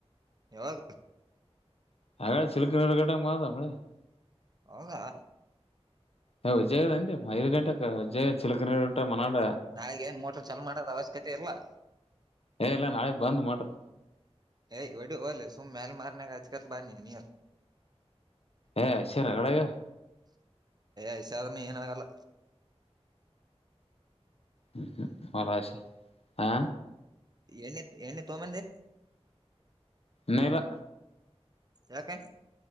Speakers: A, on the right; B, on the left.
A: ಯಾವಾಗ.
B: <unintelligible>
A: ಹೌದಾ.
B: <unintelligible> ಐದು ಗಂಟಕ್ಕ ಉಜ್ಯ್ ಚಿಲಕನೊ ಮನಾಬ.
A: ನಾಳಿಗೆ ಏನ್ ಮೋಟರ್ ಚಾಲೂ ಮಾಡೋದ ಅವಶ್ಯಕತೆ ಇಲ್ಲಾ.
B: ಏ ಇಲ್ಲ ನಾಳೆ ಬಂದ್ ಮೋಟರ್.
A: ಏ ಒಡ ಒಲ್ಲ ಸುಮ್ ಮ್ಯಲ್ ಮಾರ್ನೆಗೆಗ ಅ್ಕತ್ ಬನಿ ನೀ.
B: ಏ ಐ ಸಿ ರಗಢ ಆಗ್ಯಾವ್.
A: ಐಸಿ ಆದ್ರ ನು ಏನ ಆಗಲ್ಲ.
B: ಹ್ಮ್ ಹ್ಮ್ ಹೊಲಸ ಹಾ.
A: ಎಣ್ಣಿ ಎಣ್ಣಿ ತಗಂಬಂದಿ.
B: ನೈ ಬಾ.
A: ಯಾಕ.